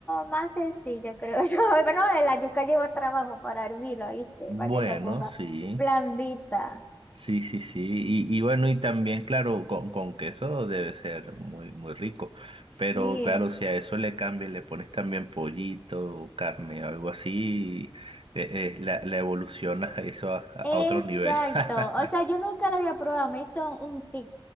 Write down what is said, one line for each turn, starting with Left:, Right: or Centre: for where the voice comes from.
Left: más sencillo, creo <laughs> yo. Pero no, la yuca lleva trabajo para hervirla, ¿viste?
Right: Bueno,
Left: Para que se ponga
Right: sí.
Left: blandita.
Right: Sí, sí, sí. Y, y bueno, y también, claro, con, con queso debe ser muy, muy rico.
Left: Sí.
Right: Pero claro, si a eso le cambias, le pones también pollito, o carne o algo así, eh, eh, la, la evolucionas a eso a, a
Left: Exacto.
Right: otro nivel.
Left: O
Right: <laughs>
Left: sea, yo nunca lo había probado. Me diste un tip,